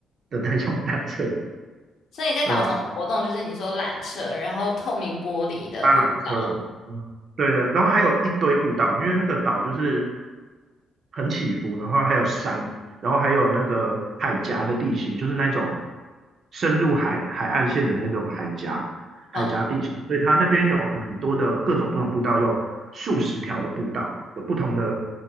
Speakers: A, on the right; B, on the left.
A: 的那种缆车，
B: 所以在岛上的活动就是你说缆车，
A: 对啊，
B: 然后透明玻璃的步道，
A: 搭缆车，嗯，对的，然后还有一堆步道，因为那个岛就是很起伏，然后还有山，然后还有那个海峡的地形，就是那种深入海海岸线的那种海峡海峡地形，
B: 哦
A: 所以它那边有很多的各种不同步道，有数十条的步道，有不同的